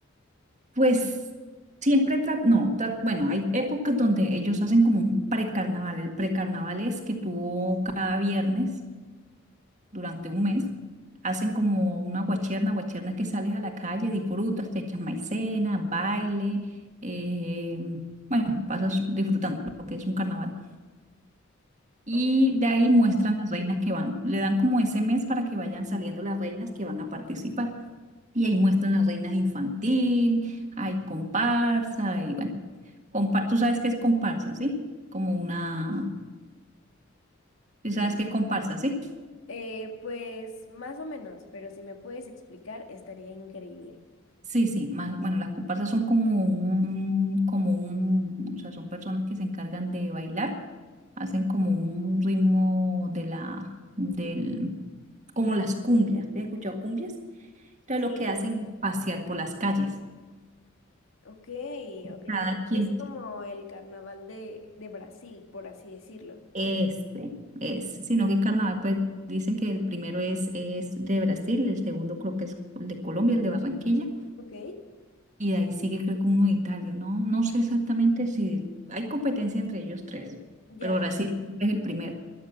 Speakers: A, on the right; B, on the left.
A: pues siempre, tra- no, tra- bueno, hay épocas donde ellos hacen como un precarnaval. El precarnaval es que tú cada viernes durante un mes, hacen como una guacherna, guacherna es que sales a la calle, disfrutas, te echas maicena, baile, eh, bueno, pasas disfrutando lo que es un carnaval. Y
B: Ok.
A: de ahí muestran las reinas que van, le dan como ese mes para que vayan saliendo las reinas que van a participar. Y ahí muestran las reinas infantil, hay comparsa, y bueno, compa- tú sabes qué es comparsa, ¿sí? Como una, tú sabes qué es comparsa, ¿sí?
B: Eh, pues más o menos, pero si me puedes explicar, estaría increíble.
A: Sí, sí, más, bueno, las comparsas son como un, como un, o sea, son personas que se encargan de bailar, hacen como un ritmo de la, del, como las cumbias, ¿te has escuchado cumbias? Entonces
B: Sí,
A: lo que hacen es pasear por las calles.
B: ok, ok.
A: Cada
B: Es,
A: quien,
B: es como
A: ti-
B: el carnaval de, de Brasil, por así decirlo.
A: este, es, sino que carnaval, pues dicen que el primero es, es de Brasil, el segundo creo que es el de Colombia, el de Barranquilla,
B: Ok,
A: Y de ahí sigue creo que uno de Italia, ¿no? No sé exactamente si hay competencia entre ellos tres,
B: ya,
A: pero Brasil es el primero.